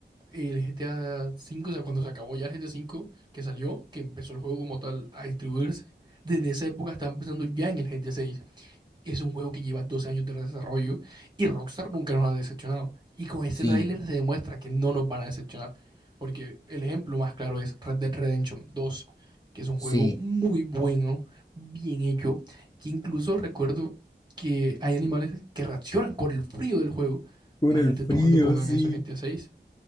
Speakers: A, on the right; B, on the left.
A: el GTA V, o sea, cuando se acabó ya el GTA V, que salió, que empezó el juego como tal a distribuirse, desde esa época estaban pensando ya en el GTA VI. Es un juego que lleva dos años de desarrollo y Rockstar nunca nos ha decepcionado. Y con este
B: Sí,
A: tráiler se demuestra que no nos van a decepcionar. Porque el ejemplo más claro es Red Dead Redemption 2, que es un juego
B: sí.
A: muy bueno, bien hecho, que incluso recuerdo que hay animales que reaccionan con el frío del juego.
B: Con
A: Imagínate
B: el frío,
A: tú cuando pongan
B: sí.
A: eso en GTA 6.